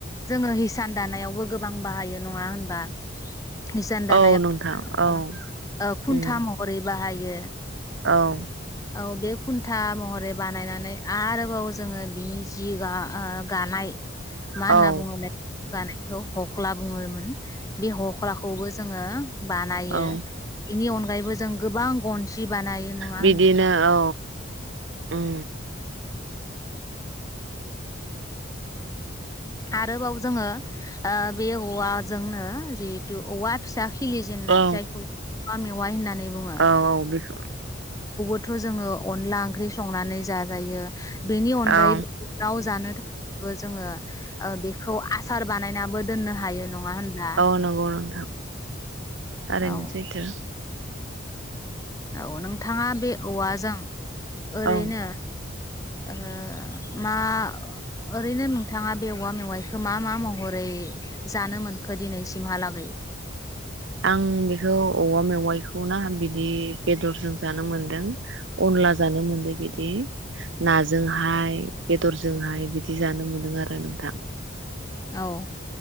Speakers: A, on the left; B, on the right.
A: जोङो हिस इसान दानायावबो गोबां बाहायो नङा होनबा हिसान दानायाव
B: औ नोंथां औ
A: खुन्था
B: उम
A: महरै बाहायो
B: औ
A: औ बे खुन्था महरै बानायनानै आरोबाव जोङो बिनि जि गा गानाय मा होनना
B: औ
A: बुंङोलाय गानाय बेखौ हख्ला बुङोमोन बे हख हख्लाखौबो जोङो बानायो
B: औ
A: बेनि अनग बायबो जों गोबां गनसि बानायो नङा
B: बिदिनो
A: होनबा
B: औ उम
A: आरोबाव जोङो ओ बे औवाजोंनो जिहेथु औवा फिसा खिलिजेननाय
B: औ
A: जायखौ जों औवा मेवाय होननानै नै बुङो
B: औ बेखौ
A: <unintelligible> थ' जोङो अनला ओंख्रि संनानै जाजायो बेनि अनगायैबो
B: औ
A: लाव जानो थाखायबो जोङो ओ बेखौ आस सार बानायनाबो दोननो हायो हायो नङा होनब्ला
B: औ नंगौ नोंथां थारैनो
A: औ
B: सैथो
A: औ नोंथाङा बे औवाजों ओरैनो
B: औ
A: ओहो मा ओरैनो नोंथाङा बे औवा मेवाइखौ मा मा महरै जानो मोनखो दिनैसिमहालागै
B: आं बेखौ औवा मेवाइखौ ना बिदि बेदरजों जानो मोनदों अनला जानो मोनदों बिदि नाजोंहाय बेदरजोंहाय बिदि जानो मोनदों आरो नोंथां
A: औ